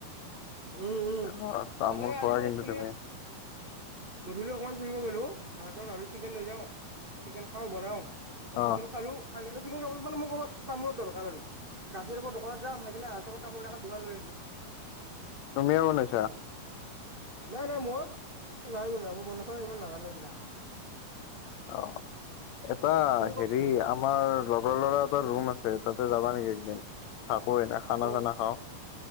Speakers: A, on the right; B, on the left.
A: উম উম।
B: অ তামোল
A: তাকে
B: খোৱা
A: আজি মই
B: কিন্তু
A: এক্সোৱেলি
B: তুমি
A: গধূলি অকণমান ফুৰিব গ'লো‌। আহতে ভাবিলো চিকেন লৈ যাও চিকেন খাও বনাও।
B: অ
A: চিকেন খালো চিকেন খালে মানে মোক তামোলৰ দৰকাৰ আৰু। ৰাতি আৰু ক'ত দোকানত যাম সেইকাৰণে আহাৰ টাইমত তামোল এখন দোখান লৈ আহিলো।
B: তুমিয়ে বনাইছা?
A: নাই নাই মই নাই বোনোৱা মই বনাব ইমান নাজানো এইবিলাক।
B: অ' এটা
A: তুমি
B: হেৰি
A: ক'ত পাইছা?
B: আহ। আমাৰ লগৰ ল'ৰা এটা ৰুম আছে তাতে যাবা নেকি একদিন থাকো এনা খানা
A: ক'ত,
B: চানা খাওঁ